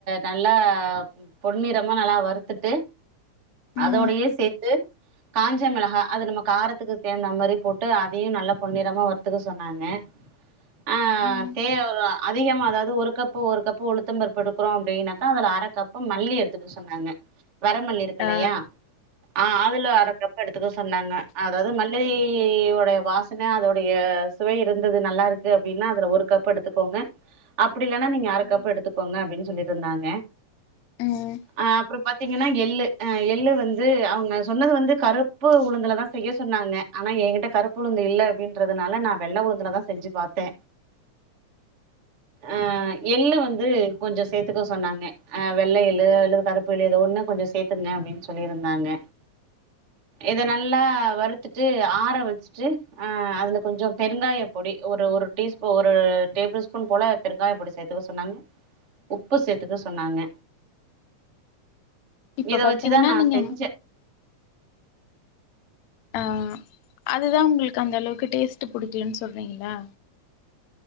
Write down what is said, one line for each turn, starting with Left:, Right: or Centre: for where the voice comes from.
Right: நல்லா பொன்னிறமா நல்லா வறுத்துட்டு
Left: ம்
Right: அதோடையே சேத்து காஞ்ச மிளகா அது நம்ம காரத் த்துக்கு சேந்த மாரி போட்டு அதையூ நல்லா பொன்னிறமா வற்த்துக்க சொன்னாங்க ஆ
Left: ம்
Right: தேவ்வா அதிகமா அதாவ்து ஒரு கப்பு ஒரு கப்பு உளுத்தம்பர்ப்பு எடுக்கிறோ அப்டின்னாக்கா அதுல அர கப்பு மல்லி எடுத் துக் சொன்னாங்க வரமல்லி இருக்குல்லையா
Left: ஆ
Right: ஆ அதுல அர கப் எடுத்துக்கஸ் சொன்னாங்க அதாவ்து மல்லியோடைய வாசன அதோடைய சுவை இருந்தது நல்லாருக்கு அப்டின்னா அதுல ஒரு கப் எடுத்துக்கோங்க அப் ப்டில்லனா நீங்க அர
Left: ம்
Right: கப்பு எடுத்துகோங்க அப்டின் சொல்லிட்ருந்தாங்க
Left: ம்.
Right: ஆ அப்றோ பாத்தீங்கன்னா எள்ளு எள்ளு வந்து அவுங்க சொன்னது வந்து கருப்பு உளுந்துல தா செய்ய சொன்னாங்க ஆனா எங்கிட்ட கருப்பு உளுந்து இல்ல அப்டின்றதுனால நா வெள்ள உளுந்துலதான் செஞ்சு பாத்தே ஆ எள்ளு வந்து கொஞ்சோ சேத்துக்க சொன்னாங்க ஆ வெள்ள எள்ளு அல்ல கருப்பு எள்ளு ஏதோ ஒன்னு கொஞ்சோ சேத்துங்க அப்டின்னு சொல்லிருந்தாங்க இத நல்லா வறுத்துட்டு ஆற வச்ட்டு ஆ அதுல கொஞ்சோ பெருங்காய பொடி ஒரு ஒரு டீஸ்பூ ஒரு டேபிள் ஸ்பூன் போல பெருங்காய பொடி சேத்துக்க சொன்னாங் உப்பு சேத்துக்க சொன்னாங்க
Left: இப்ப
Right: இத
Left: பாத்தீங்கன்னா
Right: வச்சுதா நா
Left: நீங்க
Right: செஞ்சே
Left: அ அதுதா உங்ளுக்கு அந்தளவுக்கு டேஸ்ட் புடிக்கலன் சொல்றீங்களா